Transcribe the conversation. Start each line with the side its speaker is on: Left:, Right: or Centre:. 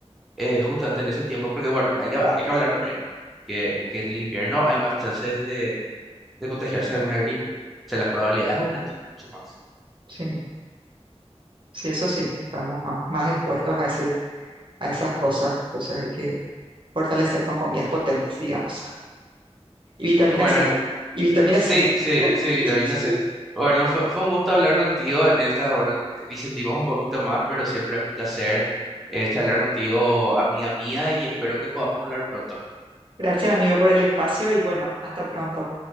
Centre: eh, justamente en ese tiempo, porque bueno, hay que, hay que hablar también, ¿verdad? Que, que en el invierno hay más chances de, de contagiarse de alguna gripe. O sea, las probabilidades aumentan mucho más.
Right: sí, sí, eso sí, estamos más, más expuestos a ese, a esas cosas, entonces hay que fortalecer con comidas potentes, digamos, y vitamina
Centre: Bueno,
Right: C, y vitamina
Centre: Sí,
Right: C.
Centre: sí, sí, vitamina
Right: <laughs>
Centre: C. Bueno, fue, fue un gusto hablar contigo en en esta, bueno, disentimos un poquito más, pero siempre es un placer eh, charlar contigo, amiga mía, y espero que podamos hablar pronto.
Right: Gracias, amigo, por el espacio y bueno, hasta pronto.